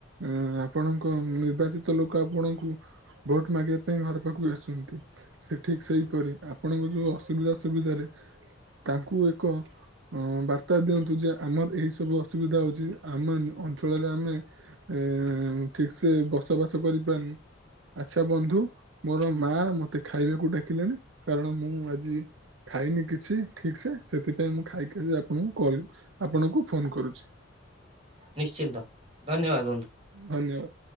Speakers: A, on the right (about 70°); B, on the right (about 30°).
A: ଆ ଆପଣଙ୍କ ନିର୍ବାଚିତ ଲୋକ ଆପଣଙ୍କୁ ଭୋଟ ମାଗିବା ପାଇଁ ଘର ପାଖକୁ ଆସୁଚନ୍ତି। ସେ ଠିକ୍ ସେଇପରି ଆପଣଙ୍କ ଯୋଉ ଅସୁବିଧା ସୁବିଧାରେ ତାଙ୍କୁ ଏକ ବାର୍ତ୍ତା ଦିଅନ୍ତୁ ଯେ ଆମର ଏହିସବୁ ଅସୁବିଧା ହେଉଚି। ଆମେ ଅଞ୍ଚଳରେ ଆମେ ଏ ଠିକ୍ ସେ ବସବାସ କରିପାରୁନୁ। ଆଚ୍ଛା ବନ୍ଧୁ ମୋର ମା ମତେ ଖାଇବାକୁ ଡାକିଲେଣି କାରଣ ମୁଁ ଆଜି ଖାଇନି କିଛି ଠିକସେ ସେଥିପାଇଁ ମୁଁ ଖାଇକି ଆସି ଆପଣଙ୍କୁ କଲ ଆପଣଙ୍କୁ ଫୋନ କରୁଛି।
B: ନିଶ୍ଚିନ୍ତ ଧନ୍ୟବାଦ ବନ୍ଧୁ।
A: ଧନ୍ୟବାଦ।